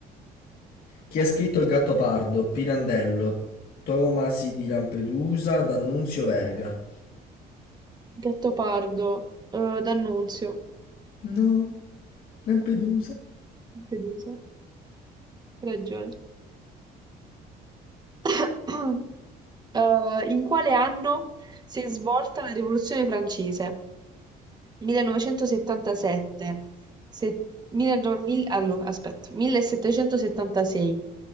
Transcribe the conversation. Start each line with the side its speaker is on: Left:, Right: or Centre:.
Left: Chi ha scritto Il Gattopardo? Pirandello, Tomasi di Lampedusa, D'Annunzio Verga.
Right: Gattopardo, eh, D'Annunzio.
Left: No, Lampedusa.
Right: Fiducia. Ragione. <coughs> <clears throat> Eh, in quale anno si è svolta la Rivoluzione francese? 1977, se- milleno- mil- allora, aspetta, 1776,